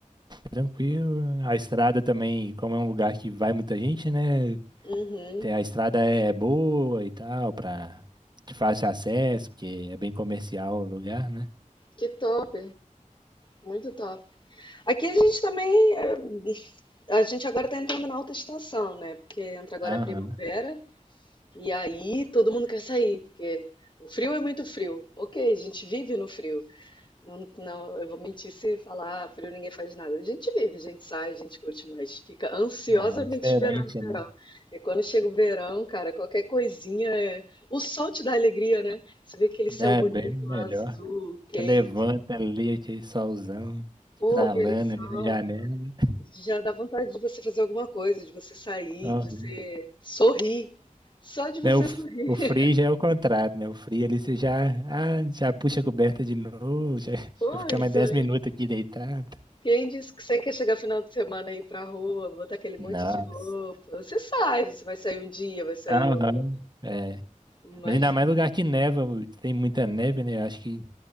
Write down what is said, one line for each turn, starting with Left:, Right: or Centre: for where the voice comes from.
Right: tranquilo. A estrada também, como é um lugar que vai muita gente, né?
Left: Uhum.
Right: tem- A estrada é é boa e tal, pra de fácil acesso, porque é bem comercial o lugar, né?
Left: Que top. Muito top. Aqui a gente também. é, A gente agora tá entrando na alta estação, né? Porque entra agora
Right: Aham,
Left: a primavera e aí todo mundo quer sair, porque o frio é muito frio. Ok, a gente vive no frio. Não, não, eu vou mentir se falar "Ah, frio, ninguém faz nada. A gente vive, a gente sai, a gente curte, mas fica ansiosamente
Right: aham, É diferente,
Left: esperando o verão.
Right: né?
Left: E quando chega o verão, cara, qualquer coisinha é... O sol te dá alegria, né? Você vê aquele céu
Right: É
Left: bonito,
Right: bem melhor.
Left: azul, quente.
Right: Você levanta ali, aquele solzão estralando
Left: Pô, aquele sol.
Right: ali na janela.
Left: Já dá vontade de você fazer alguma coisa, de você sair,
Right: Aham.
Left: de você sorrir. Só de você
Right: Né, O, f-
Left: sorrir.
Right: o
Left: <laughs>
Right: frio já é o contrário, né? O frio ali você já, ah, já puxa a coberta de novo, <laughs> já, já
Left: Pois
Right: fica mais 10
Left: é.
Right: minutos aqui deitado.
Left: Quem disse que você quer chegar final de semana aí ir pra rua, botar aquele monte
Right: Nossa.
Left: de roupa? Você sai, você vai sair um dia, vai sair
Right: Aham.
Left: outro.
Right: É.
Left: Imagina.
Right: Mas ainda mais lugar que neva, tem muita neve, né? Eu acho que